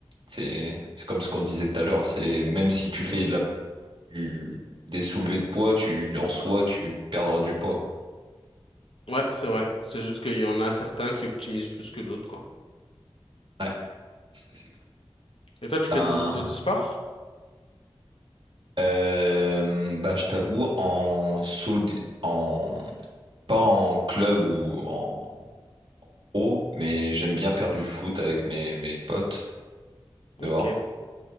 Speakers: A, on the right (about 60°); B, on the left (about 75°).
A: C'est, c'est comme ce qu'on disait tout à l'heure. C'est même si tu fais de la, du- des soulevés de poids, tu, en soi, tu perdras du poids.
B: Ouais, c'est vrai. C'est juste qu'il y en a certains qui optimisent plus que d'autres, quoi.
A: Ouais, ça, c'est clair.
B: Et toi, tu fais
A: Ben,
B: de- d'autres sports?
A: euh, ben, je t'avoue, en, soli- en pas en club ou en pro, mais j'aime bien faire du foot avec mes, mes potes
B: Ok,
A: dehors.